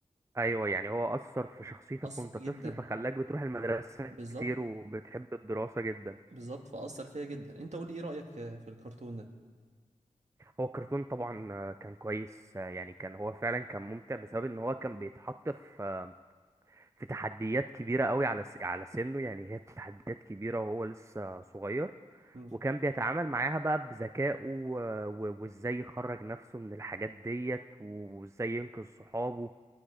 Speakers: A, on the right; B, on the right.
A: ايوه يعني هو اثر في شخصيتك
B: اثر
A: وانت
B: جدا
A: طفل فخلاك بتروح المدرسه
B: بالظبط
A: كتير وبتحب الدراسه جدا
B: بالظبط فاثر فيا جدا انت قول لي ايه رايك في الكرتون ده
A: هو الكرتون طبعا آه، كان كويس آه، يعني كان هو فعلا كان ممتع بسبب ان هو كان بيتحط في آه، في تحديات كبيره قوي على س- على سنه يعني هي تحديات كبيره وهو لسه صغير
B: مم.
A: وكان بيتعامل معاها بقى بذكائه و- و- وازاي يخرج نفسه من الحاجات ديت وازاي ينقذ صحابه